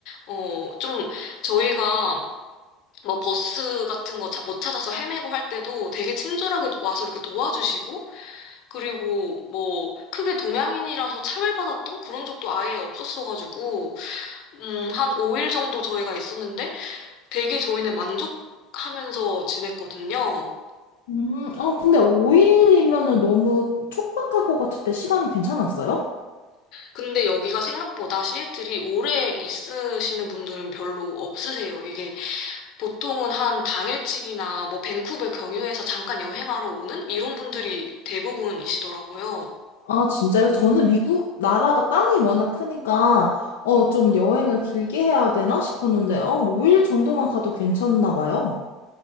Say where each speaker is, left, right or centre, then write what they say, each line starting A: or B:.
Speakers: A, on the left; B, on the left.
A: 어, 좀 저희가 뭐 버스 같은 거 못 찾아서 헤매고 할 때도 되게 친절하게 와서 이렇게 도와주시고, 그리고 뭐 크게 동양인이라서 차별받았던 그런 적도 아예 없었어가지고, 음, 한 5일 정도 저희가 있었는데 되게 저희는 만족하면서 지냈거든요.
B: 음, 어, 근데 5일이면은 너무 촉박할 것 같을 때 시간 괜찮았어요?
A: 근데 여기가 생각보다 시애틀이 오래 있으시는 분들은 별로 없으세요. 이게 보통은 한 당일치기나 뭐 밴쿠버 경유해서 잠깐 여행하러 오는 이런 분들이 대부분이시더라고요.
B: 아, 진짜요? 저는 미국 나라가 땅이 워낙 크니까, 어, 좀 여행을 길게 해야 되나 싶었는데, 어, 5일 정도만 가도 괜찮나 봐요.